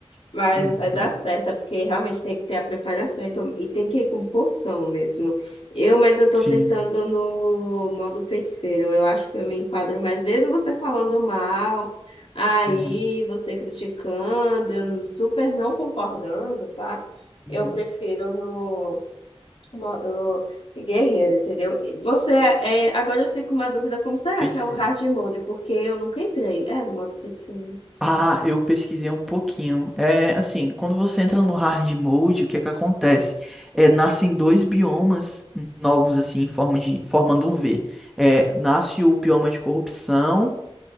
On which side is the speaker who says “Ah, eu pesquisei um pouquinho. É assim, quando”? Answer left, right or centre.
Centre